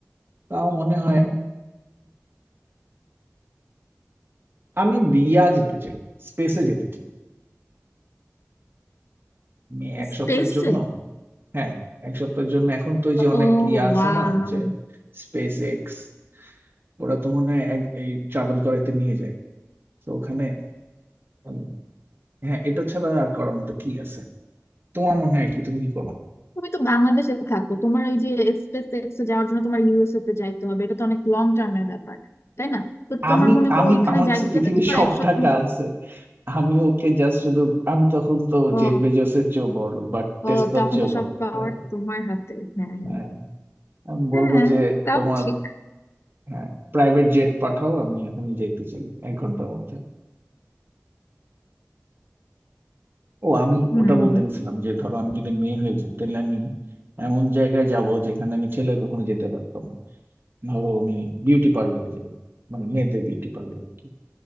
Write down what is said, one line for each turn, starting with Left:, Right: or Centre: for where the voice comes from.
Right: তাও মনে হয় আমি বিয়া যেতে চাই স্পেসে যেতে চাই আমি এক
Left: স্পেসে
Right: সপ্তাহের জন্য হ্যাঁ এক সপ্তাহের জন্য এখন তো ওই যে অনেক
Left: ও
Right: ইয়ে
Left: ওয়াও
Right: আছে না যে স্পেস এক্স ওরা তো মনে হয় এক- এই ট্রাভেল করাতে নিয়ে যায় তো ওখানে উম, হ্যাঁ এটা ছাড়া আর করার মতো কি আছে তোমার মনে হয় কি তুমি কি করো
Left: তুমি তো বাংলাদেশে থাকো তোমার এই যে স্পেস এক্সে যাওয়ার জন্য তোমার ইউএসএ তে যাইতে হবে এটা তো অনেক লং টার্মের ব্যাপার তাই না তো তোমার
Right: আমি
Left: মনে করো
Right: আমি
Left: ওইখানে
Right: আমার
Left: যাইতে
Right: কাছে পৃথিবীর
Left: যাইতে তোমার
Right: সব
Left: এক সপ্তাহ
Right: টাকা আছে আমি ওকে জাস্ট শুধু আমি তখন তো
Left: ও,
Right: জেফ বেজোসের চেয়েও বড় লোক বা টেসলার
Left: ও, তখন
Right: চেয়েও
Left: তো
Right: বড়
Left: সব
Right: লোক,
Left: পাওয়ার
Right: তাই না?
Left: তোমার হাতে হ্যাঁ
Right: হ্যাঁ আমি
Left: হ্যাঁ
Right: বলবো যে
Left: তাও
Right: তোমার
Left: ঠিক
Right: হ্যাঁ প্রাইভেট জেট পাঠাও আমি এখনই যাইতে চাই এক ঘন্টার মধ্যে ও আমি
Left: হম
Right: ওটা বলতে গেছিলাম যে ধরো আমি যদি মেয়ে হয়ে যাই তাহলে আমি এমন জায়গায় যাব যেখানে আমি ছেলে কখনো যেতে পারতাম না ধরো আমি বিউটি পার্লারে যাবো মানে মেয়েদের বিউটি পার্লার আর কি